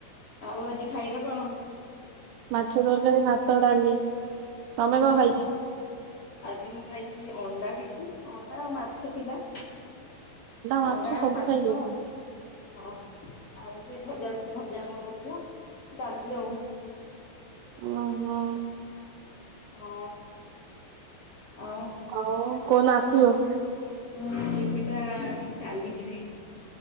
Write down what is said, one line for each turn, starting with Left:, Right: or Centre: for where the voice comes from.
Left: ଆଉ ଆଜି ଖାଇବା କଣ?
Right: ମାଛ ତରକାରୀ ଭାତ ଡାଲି। ତମେ
Left: ଓହୋ।
Right: କଣ ଖାଇଛ?
Left: ଆଜି ମୁଁ ଖାଇଥିଲି ଅଣ୍ଡା ଖାଇଛି ଅଣ୍ଡା ଆଉ ମାଛ ଥିଲା।
Right: ମାଛ
Left: ଅଣ୍ଡା ଆଉ
Right: ସବୁ
Left: ମାଛ।
Right: ଖାଇ ଦେଇଛି
Left: ହଁ ଆଉ ସେ ଭଜା ଭଜା କଣ କରିଥିଲା ଡାଲି ଆଉ।
Right: ଓ ହୋ।
Left: ହଁ ଆଉ
Right: ହଉ କୋଉଁନ ଆସିବ?
Left: ମୁଁ ଯିବି ପା କାଲି ଯିବି।